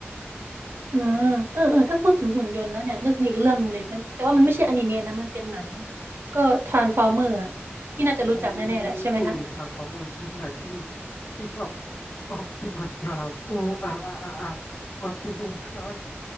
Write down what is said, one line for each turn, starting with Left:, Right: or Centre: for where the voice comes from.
Right: เออเออเออถ้าพูดถึงหุ่นยนต์แล้วเนี่ยนึกถึงอีกเรื่องหนึ่งเลยมันแต่ว่ามันไม่ใช่อนิเมะนะมันเป็นหนังก็ทรานส์ฟอร์เมอร์อะที่น่าจะรู้จักแน่ๆแหละใช่ไหมคะ
Left: อ๋อเอูทรานส์ฟอร์เมอร์ใช่ใช่พี่พี่ชอบออปติมัสพรามอูอาอาอาอาออปติมัสพราม